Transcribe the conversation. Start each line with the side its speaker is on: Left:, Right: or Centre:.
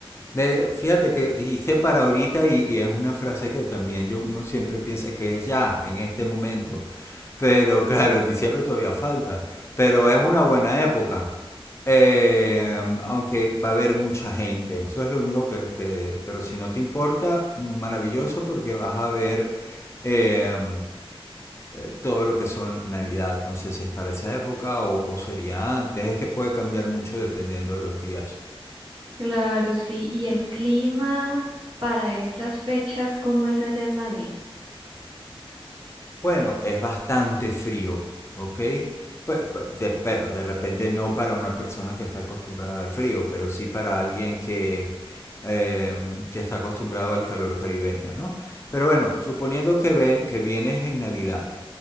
Left: de- fíjate que dijiste para ahorita y, y es una frase que también yo, uno siempre piensa que es ya, en este momento. Pero claro, en diciembre todavía falta. Pero es una buena época. Eh, aunque va a haber mucha gente. Eso es lo único que, que- Pero si no te importa, maravilloso porque vas a ver... eh, eh, todo lo que son Navidad. No sé si es para esa época o, o sería antes. Es que puede cambiar mucho dependiendo de los días.
Right: Claro, sí. Y el clima para esas fechas, ¿cómo es allá en Madrid?
Left: Bueno, es bastante frío, ¿ok? Pe- pe- de- bueno, de repente no para una persona que está acostumbrada al frío, pero sí para alguien que, em, que está acostumbrado al calor caribeño, ¿no? Pero bueno, suponiendo que, ven, que vienes en Navidad,